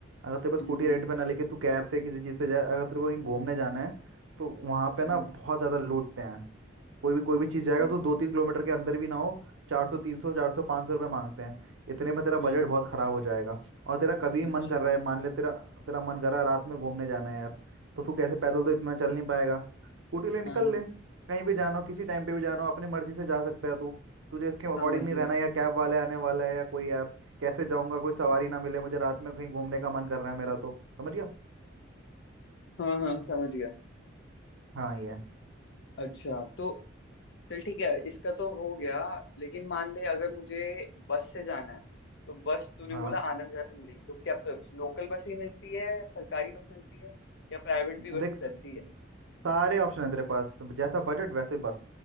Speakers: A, on the right (about 75°); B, on the left (about 65°).
A: अगर तेरे पास स्कूटी
B: हम्म हम्म
A: रेंट पे ना लेके तू कैब से किसी चीज़ से जाए अगर तेरे को कहीं घूमने जाना है तो वहाँ पे
B: हम्म
A: ना बहुत ज़्यादा लूटते हैं कोई भी कोई भी चीज़ जाएगा
B: हम्म
A: तो दो तीन किलोमीटर के अंदर भी ना हो चार सौ तीन सौ चार सौ पाँच सौ रुपये मांगते हैं इतने में तेरा बजट
B: हम्म,
A: बहुत ख़राब हो जाएगा और तेरा कभी
B: अच्छा
A: भी मन कर रहा है मान ले तेरा तेरा मन कर रहा है रात में घूमने जाना है यार तो तू कैसे पैदल तो इतना चल नहीं पाएगा स्कूटी ले निकल
B: हाँ हाँ
A: ले कहीं भी जाना हो किसी टाइम पे भी जाना हो अपनी मर्जी से जा सकता है तू तुझे इसके अकॉर्डिंग
B: समझ
A: नहीं
B: गया
A: रहना है, या कैब वाले आने वाला है या कोई यार कैसे जाऊंगा कोई सवारी ना मिले मुझे रात में कहीं घूमने का मन कर रहा है मेरा तो समझ गया
B: हाँ हाँ समझ गया
A: हाँ ये है।
B: अच्छा तो चल ठीक है इसका तो हो गया लेकिन मान ले अगर मुझे बस से जाना है तो बस तूने
A: हाँ
B: बोला आनंद विहार से मिलेगी तो क्या लोकल बस ही मिलती है सरकारी बस मिलती है या प्राइवेट भी बस
A: देख
B: चलती है
A: सारे ऑप्शन है तेरे पास जैसा बजट वैसे बस